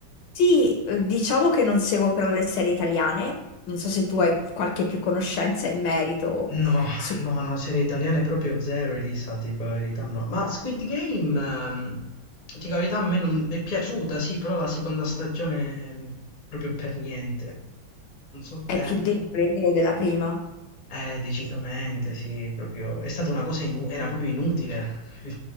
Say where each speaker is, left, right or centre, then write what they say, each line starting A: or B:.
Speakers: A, on the left; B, on the left.
A: sì, eh, diciamo che non seguo però le serie italiane, non so se tu hai qualche più conoscenza in merito.
B: No,
A: su
B: no, no, serie italiane proprio zero, Elisa, ti dico la verità, no. Ma Squid Game, ehm, ti dico la verità, a me non è piaciuta, sì, però la seconda stagione ehm, proprio per niente. Non so
A: È
B: te.
A: più debole, vero, della prima.
B: Eh, decisamente, sì, proprio... È stata una cosa inu- era proprio inutile. <laughs> È